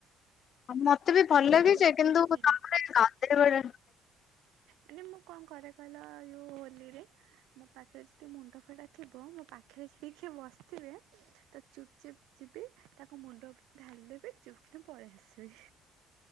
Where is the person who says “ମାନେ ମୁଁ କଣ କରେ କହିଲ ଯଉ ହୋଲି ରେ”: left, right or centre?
Right